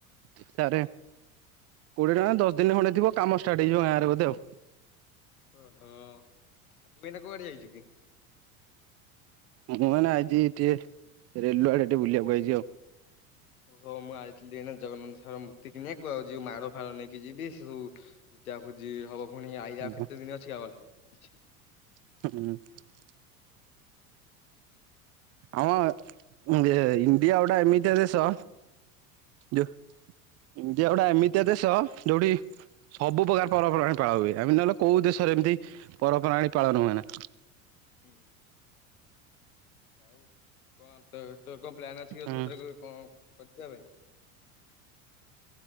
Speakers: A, on the right (about 35°); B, on the left (about 75°).
A: <unintelligible> କୋଡିଏ ଟଙ୍କା ଦଶ ଦିନ ଖଣ୍ଡେ ଥିବ କାମ ଷ୍ଟାର୍ଟ ହେଇଯିବ ଗାଁରେ ବୋଧେ ଆଉ।
B: ଓହୋ, ଆଉ ତୁ ଏନା କୁଆଡେ ଯାଇଛୁ କି।
A: ହଁ ମୁଁ ମାନେ ଆଜି ଟିକେ ରେଲ ଆଡେ ଟିକେ ବୁଲିବାକୁ ଆଇଛି ଆଉ।
B: ଓହୋ ମୁଁ ଆଇଥିଲି ଏଇନା ଜଗନ୍ନାଥ ସାର ମୂର୍ତ୍ତି କିଣିବାକୁ, ଆଉ ଯୋଉ ମାଳ ଫାଳ ନେଇକି ଯିବି ସେ ସବୁ। ପୂଜା ଫୂଜି ହବ ପୁଣି, ଆଇଆାଉ
A: ହୁଁ
B: କେତେ ଦିନ ଅଛି <unintelligible>
A: <unintelligible> ଆମ ଇଣ୍ଡିଆ ଗୋଟେ ଏମିତି ଦେଶ ଯୋଉ ଇଣ୍ଡିଆ ଗୋଟା ଏମିତିଆ ଦେଶ ଯୋଉଠି ସବୁ ପ୍ରକାର ପରପର୍ବାଣୀ ପାଳନ ହୁଏ। ଏମିତି ନହେଲେ କୋଉ ଦେଶରେ ଏମିତି ପରପର୍ବାଣୀ ପାଳନ ହୁଏ ନା।
B: ହମ୍ ଆଉ କଣ <unintelligible> ତୋର କଣ ପ୍ଲାନ ଅଛି କି ରଥ
A: ହୁଁ
B: ଯାତ୍ରା <unintelligible> ପାଇଁ?